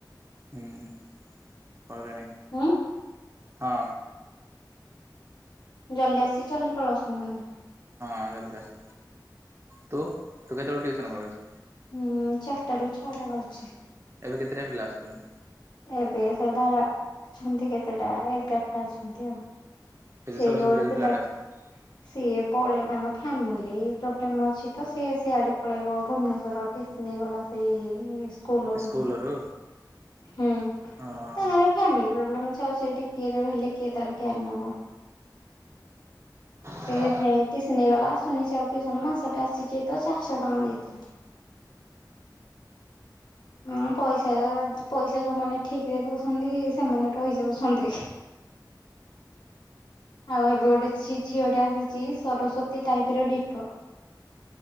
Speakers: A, on the right; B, on the left.
A: ହୁଁ ପଳେଇଲେଣି
B: ହୁଁ।
A: ହଁ।
B: ଜଲଦି ଆସିକି ଜଲଦି ପଳାଉଛନ୍ତି ବଧେ।
A: ହ ଜଲଦି ଆସ। ତୁ ତୁ କେତେବେଳେ ଟିଉସନ୍ କରୁଛୁ।
B: ମୁଁ ଚାରିଟାରୁ ଛଅଟା କରୁଛି।
A: ଏବେ କେତେଟା ପିଲା ଆସୁଛନ୍ତି।
B: ଏବେ ସେ ବାର ଅଛନ୍ତି କେତେଟା ଏଗାରଟା ଅଛନ୍ତି ଆଉ।
A: ସେ
B: ସେଇ
A: ଯୋଉ ସରସ୍ଵତୀରେ
B: ଯୋଡେ
A: ଯୋଉ
B: ପିଲାଟେ
A: ପିଲାଟା ଆସିଥିଲା
B: ସିଏ ପଳେଇଲା ତାଙ୍କ ଫ୍ୟାମିଲି ପ୍ରୋବ୍ଲେମ୍ ଅଛି ତ, ସିଏ ସେଆଡେ ପଳେଇବ ଭୁବନେଶ୍ୱର ଟିସି ନେଇଗଲା ସେଇ ସ୍କୁଲ ରୁ
A: ସ୍କୁଲରୁ
B: ବି ହୁଁ ତାଙ୍କରେ
A: ଓହୋ।
B: ଫ୍ୟାମିଲି ପ୍ରୋବ୍ଲେମ୍ ଅଛି ଆଉ ସେଠି କି ରହିଲେ କିଏ ତାର କେୟାର ନବ। ସେ
A: ହଁ
B: ଏଥିପାଇଁ ଟିସି ନେଇଗଲା। ଆସୁନି ସେ ଆଉ ଟିଉସନ ମାସ ଟା ଆସିଛି ତ ଚାରିଶହ ଟଙ୍କା ଦେଇଥିଲା। ହଁ ପଇସା ପଇସା ଯୋଉମାନେ ଠିକ୍ ରେ ଦଉଛନ୍ତି ସେମାନେ ରହିଯାଉଛନ୍ତି। ଆଉ ଏବେ ଗୋଟେ ଝିଅ ଟେ ଆସୁଛି ସରସ୍ଵତୀ ଟାଇପ୍ ର ଡିଟୋ।